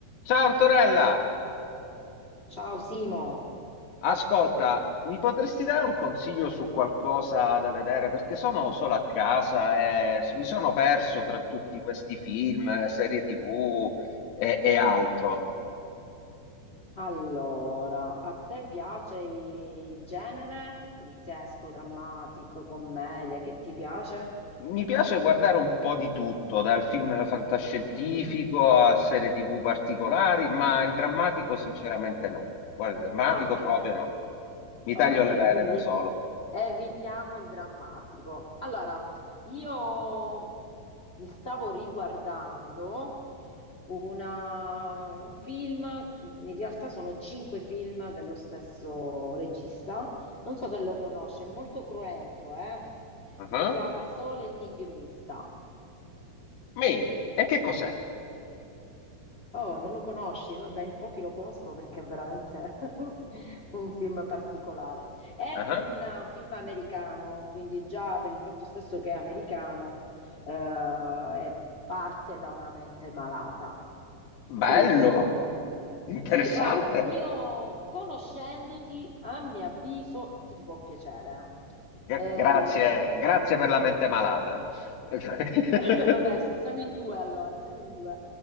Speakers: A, on the left; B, on the left.
A: Ciao Antonella,
B: Ciao Simo,
A: ascolta, mi potresti dare un consiglio su qualcosa da vedere? Perché sono solo a casa e s- mi sono perso tra tutti questi film, serie TV e, e altro.
B: allora, a te piace i- il genere poliziesco, drammatico, commedia, che ti piace?
A: Mi piace guardare un po' di tutto, dal film fantascientifico
B: Mm.
A: a serie TV particolari, ma il drammatico sinceramente no. Guarda, il drammatico
B: Ok,
A: proprio no. Mi
B: Ok,
A: taglio le vene
B: quindi
A: da solo.
B: evitiamo il drammatico. Allora, io mi stavo riguardando una- un film, in realtà sono cinque film dello stesso regista, non so se lo conosce, è molto cruento, eh?
A: Ah,
B: Si chiama Sole Enigmista.
A: Mi, e che cos'è?
B: Oh, non lo conosci? Vabbè, in pochi lo conoscono perché è veramente <laughs> un film particolare. È
A: Ah,
B: un eh, film americano, quindi già per il fatto stesso che è americano, eh, è- parte da una mente malata,
A: Bello,
B: quello è sicuro.
A: interessante.
B: Sì, guarda, io conoscendoti, a mio avviso, ti può piacere.
A: Gra-
B: Eh,
A: grazie, grazie
B: mm,
A: per la mente malata. <laughs>
B: <laughs> Vabbè, s- siamo in due allora, siamo in due.